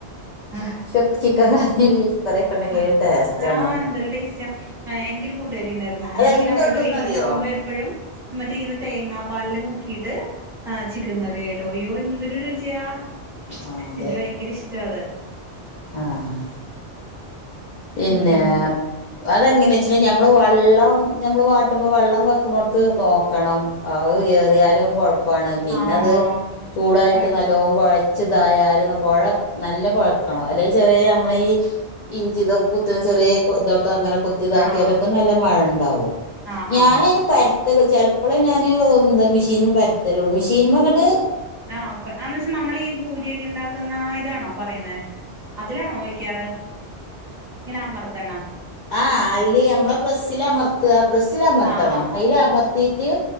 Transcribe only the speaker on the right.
ആഹ്
ഉം
ആഹ്
ആഹ്
എന്തൊരു ടേസ്റ്റ് റ്റാ ഏഹ് എനിക്കൊരു കൂട്ടുകാരി ഉണ്ടായിരുന്നു
ഞാനിങ്ങനെ അവളുടെ വീട്ടില് പോകുമ്പോ എപ്പഴും മറ്റേ ഇങ്ങനെ തേങ്ങാപ്പാലില് മുക്കിയിട്ട് ആഹ് ചിക്കൻ കറി ആയിട്ട് അയ്യോ എന്തൊരു രുചിയാ.
എനിക്ക് ഭയങ്കര ഇഷ്ട്ടാ അത്.
ഉം
ആഹ്
നം
ആഹ്
ആഹ്
ആഹ്
ആഹ് അന്താച്ചാ നമ്മള് ഈ ഭൂരിയൊക്കെ ഇണ്ടാക്ക് ത്തുന്ന ഇതാണോ പറയുന്നേ അതിലാണോ വെക്കാറ് ഇങ്ങനെ അമർത്തണം
ആഹ് ആഹ്